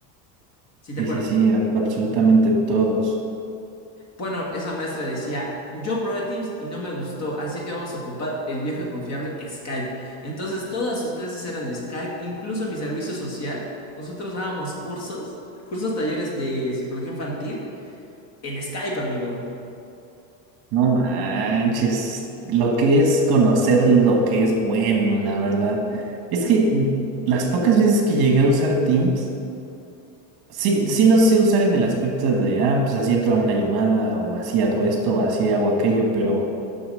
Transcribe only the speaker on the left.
¿Sí te
acuerdas?
Bueno, esa maestra decía, yo probé Teams y no me gustó, así que vamos a ocupar el viejo y confiable Skype. Entonces todas sus clases eran Skype, incluso mi servicio social. Nosotros dábamos cursos, cursos talleres de psicología infantil en Skype, amigo.